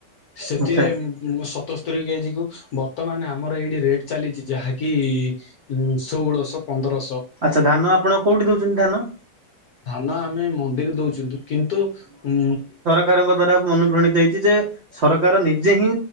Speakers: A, on the left; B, on the right.
A: ସେଥିରେ
B: ଆଚ୍ଛା
A: ଉଁ ଉଁ ସତସ୍ତରୀ କେ ଜି କୁ ବର୍ତ୍ତମାନ ଆମର ଏଇ। ରେଟ୍ ଚାଲିଛି ଯାହା କି ଉଁ ଷୋଳଶ ପନ୍ଦରଶ।
B: ତ ଧାନ ଆପଣ କୋଉଠି ଦଉଛନ୍ତି ଧାନ?
A: ଧାନ ଆମେ ମଣ୍ଡି ରେ ଦଉଚୁ ନ୍ତୁ କିନ୍ତୁ ଉଁ।
B: କାରଙ୍କ ଦ୍ଵାରା ମୁଁ ଅନୁପ୍ରାଣିତ ହେଇଛି ଯେ ସରକାର ନିଜେ ହିଁ।